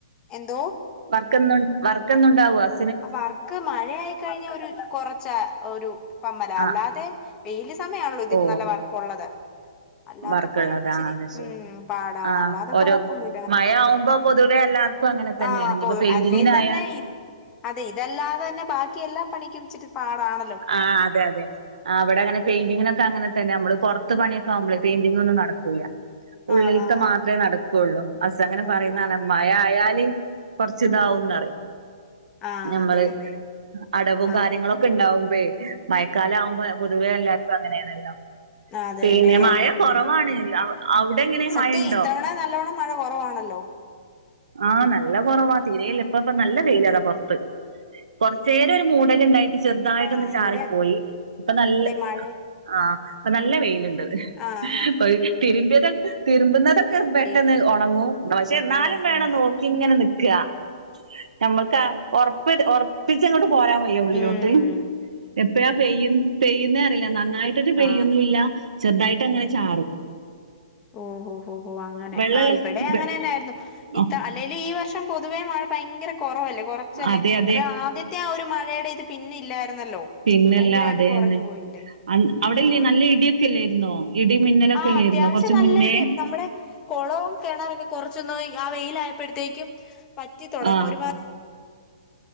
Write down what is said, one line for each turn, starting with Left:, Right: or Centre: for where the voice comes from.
Left: എന്തോ?
Right: ക്കെന്നു വർക്കെന്നുണ്ടാവോ ഹസ്
Left: വർക്ക് മഴായിക്കഴിഞ്ഞ ഒരു കൊറച്ച ഒരു പമ്മല
Right: ആ
Left: അല്ലാതെ വെയില് സമയാണല്ലോ ഇതിന്
Right: ഓ
Left: നല്ല വർക്കുള്ളത്. അല്ലാത്തപ്പോരു
Right: വർക്കുള്ളതാ
Left: ച്ചിരി
Right: അത് ശരി
Left: ഉം പാടാണല്ലാതെ
Right: ആ ഓരോ
Left: കൊഴപ്പൊന്നുല്ല അങ്ങനെ
Right: മഴ
Left: പോവുന്നു.
Right: ആവുമ്പോ പൊതുവെ എല്ലാർക്കും അങ്ങനെ തന്നെയാണ്
Left: ആഹ്
Right: ഇനിയിപ്പോ
Left: പ്പൊ
Right: പെയിന്റിങ്ങിനായ
Left: അലെതെന്നെ ഇത് അതെ ഇതല്ലാതെന്നെ ബാക്കി എല്ലാ പണിക്കുംച്ചിരി പാടാണ്.
Right: ആ അതെയതെ ആ അവിടങ്ങനെ
Left: വെയി
Right: പെയിന്റിങ്ങിനൊക്കെയങ്ങനെ തന്നെ നമ്മള് പുറത്ത് പണിയൊക്കെയാകുമ്പളെ പെയിന്റിെങ്ങൊന്നുംനടക്കൂല്ല. ഉള്ളിലത്തെമാത്രെ
Left: ആഹ് ആഹ് ആഹ്
Right: നടക്കുള്ളൂ ഹസ്സങ്ങനെ
Left: ഓഹ്
Right: പറയുന്നതാണ്
Left: ഓഹ്
Right: മഴയായാൽ. ദി കൊറച്ചിതാവുന്നാണ്
Left: ആഹ്
Right: ഞമ്മള്
Left: അതെ അതെ
Right: അടവും
Left: ആഹ്
Right: കാര്യങ്ങളൊക്കെയുണ്ടാവു മ്പേ മഴക്കാല ആകുമ്പോപൊതുവെ എല്ലാർക്കും അങ്ങനെയാണല്ലോ
Left: ആ അതുതന്നെ
Right: പിന്നെ മഴ
Left: അങ്ങനെ
Right: കുറവാണ്
Left: തന്നെ
Right: അവിടെ എങ്ങനെ
Left: സത്യം
Right: മഴ ഉണ്ടോ
Left: ഈ ത്തവണ നല്ലവണ്ണം മഴകുറവാ ണല്ലോ
Right: ആ നല്ലകുറവാ തീരെയില്ല ഇപ്പപ്പ നല്ല വെയിലാണ് പുറത്ത്. കുറച്ചുനേരമൊരു മൂടലുണ്ടായി ചെറുതായിട്ടൊന്ന്
Left: ആഹ്
Right: ചാറിപ്പോയി
Left: ഇവിടെ
Right: ഇപ്പൊനല്ല
Left: അതെ മഴ
Right: ആ ഇപ്പോനല്ല വെയിലുണ്ട്.
Left: ആഹ്
Right: കൊയ് തിരുമ്പിയതൊ തിരുമ്പുന്നതൊക്കെ
Left: ആഹ്
Right: പെട്ടെന്ന് ഒണങ്ങും പക്ഷേയെന്നാലും
Left: ണ്ടല്ലേ
Right: വേണം
Left: ഉം
Right: നോക്കിയിങ്ങനെ നി ക്കാ ഞമ്മക്കാ ഒറപ്പ് ഒറപ്പിച്ചങ്ങോട്ട് പോരാൻ വയ്യ ഉള്ളിലോട്ട്
Left: ഉം
Right: എപ്പഴാ പെയ്യു പെയ്യുന്നേറിയില്ല നന നന്നായിട്ടൊട്ടു, പെയ്യുന്നുമില്ല.
Left: ആഹ്
Right: ചെറുതായിട്ടങ്ങനെ ചാറും.
Left: ഓഹോ, ഹോ.. ഹോ.. അങ്ങനെ
Right: വെള്ളമുള്ള
Left: ആ.. ഇവിടെയങ്ങനെതന്നെയായിരുന്നു.
Right: സ് വെ-
Left: ഇത്ത,
Right: ആ,
Left: അല്ലേലുമീ വർഷം പൊതുവേമഴ ഭയങ്കര കുറവല്ലേ, കുറച്ചല്ലേ,
Right: അതെ അതെ
Left: അത് ആദ്യത്തെ ആയൊരു മഴ മഴയുടെയിത് പിന്നെ ഇല്ലായിരുന്നല്ലോ,
Right: പിന്നല്ല
Left: ഭയങ്കരമായിട്ട്
Right: അതെ
Left: കുറഞ്ഞു
Right: തന്നെ
Left: പോയില്ലേ
Right: അന്ന് അവിടെ
Left: ആഹ്
Right: ഇല്ലേ നല്ല ഇടിയൊക്കെ ഇല്ലായിരുന്നോ ഇടി മിന്നലൊക്കെ
Left: ആ..
Right: ഇല്ലായിരുന്നോ
Left: അത്യാവശ്യം
Right: കുറച്ച്
Left: നല്ലായി
Right: മുന്നേ
Left: ടിയും. നമ്മുടെ കൊളവും കിറണുമൊക്കെ. കൊറച്ചൊന്നാവെയിൽ ആയപ്പോഴത്തേക്കും പറ്റിത്തുടങ്ങി,
Right: ആ
Left: ഒരു മാ